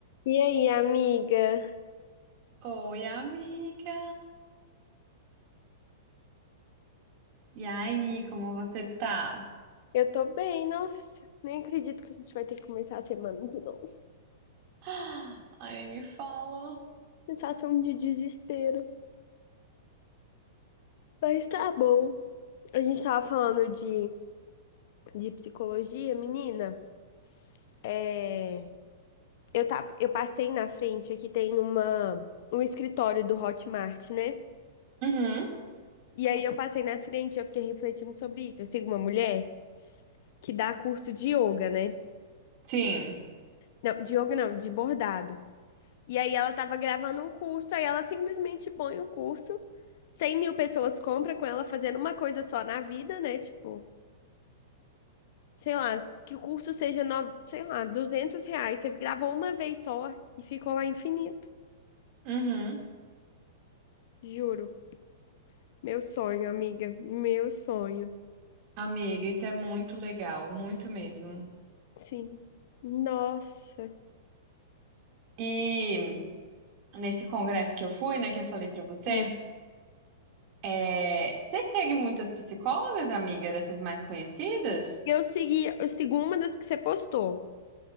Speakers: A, on the left; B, on the right.
A: E aí, amiga?
B: Oi, amiga! E aí, como você tá?
A: Eu tô bem, nossa. Nem acredito que a gente vai ter que começar a semana de novo.
B: Ah, Ai, nem me fala.
A: Sensação de desespero. Mas tá bom. A gente tava falando de, de psicologia, menina. É, eu tava, eu passei na frente, aqui tem uma, um escritório do Hotmart, né?
B: Uhum,
A: E aí eu passei na frente, eu fiquei refletindo sobre isso. Eu sigo uma mulher que dá curso de yoga, né?
B: sim.
A: Não, de yoga não, de bordado. E aí ela tava gravando um curso, aí ela simplesmente põe o curso, cem mil pessoas compram com ela fazendo uma coisa só na vida, né? Tipo, sei lá, que o curso seja, no... sei lá, 200 reais. Você gravou uma vez só e ficou lá infinito,
B: Uhum.
A: juro. Meu sonho, amiga, meu sonho.
B: Amiga, isso é muito legal, muito mesmo.
A: Sim. Nossa.
B: E nesse congresso que eu fui, né, que eu falei pra você,
A: Hum.
B: é... você segue muitas psicólogas, amiga, dessas mais conhecidas?
A: Eu segui, eu sigo uma das que você postou.